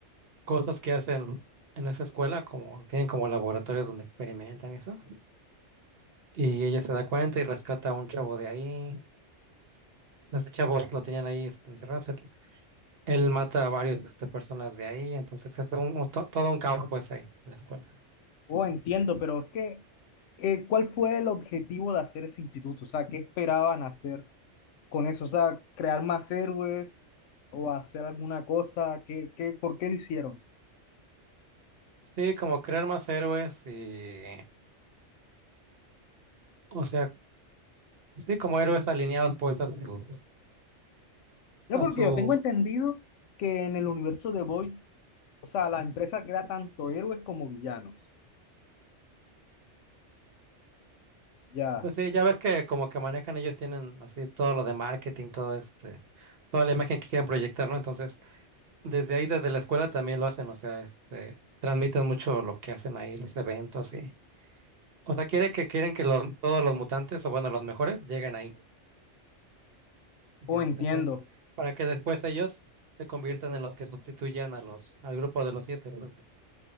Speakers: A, on the right; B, on the left.
A: cosas que hacen en esa escuela, como tienen como laboratorios donde experimentan y eso. Y ella se da cuenta y rescata a un chavo de ahí. Ese chavo lo tenían ahí este, encerrado. se- Él mata a varios este, personas de ahí, entonces es un- un to- todo un caos pues ahí en la escuela.
B: Oh, entiendo, pero es que, eh, ¿cuál fue el objetivo de hacer ese instituto? O sea, ¿qué esperaban hacer con eso? O sea, ¿crear más héroes o hacer alguna cosa? ¿Qué, qué, por qué lo hicieron?
A: Sí, como crear más héroes y, o sea, sí, como héroes alineados pues a su,
B: Yo
A: a
B: porque
A: su,
B: yo tengo entendido que en el universo de Boys, o sea, la empresa crea tanto héroes como villanos. Ya,
A: Pues sí, ya ves que como que manejan ellos tienen así todo lo de marketing, todo este, toda la imagen que quieren proyectar, ¿no? Entonces, desde ahí, desde la escuela también lo hacen, o sea, este, transmiten mucho lo que hacen ahí, los eventos y, o sea, quiere que quieren que los, todos los mutantes, o bueno, los mejores, lleguen ahí, ya
B: oh,
A: los
B: entiendo.
A: entrenan, para que después ellos se conviertan en los que sustituyan a los, al grupo de los siete, pues, de-